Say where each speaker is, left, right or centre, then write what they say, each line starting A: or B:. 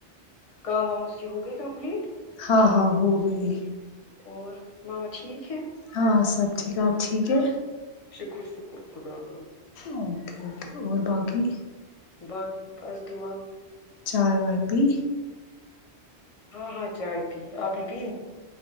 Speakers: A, on the left (about 40°); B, on the left (about 80°).
A: کام وام اس کی ہو گئی کمپلیٹ
B: ہاں ہاں ہو گئی
A: اور ماما ٹھیک ہے
B: ہاں وہ سب ٹھیک ہے آپ ٹھیک ہے
A: شکر شکر خدا کا
B: اوکے اوکے اور باقی
A: با بس دعا
B: چائے وائی پی
A: ہاں ہاں چائے پی آپ نے پی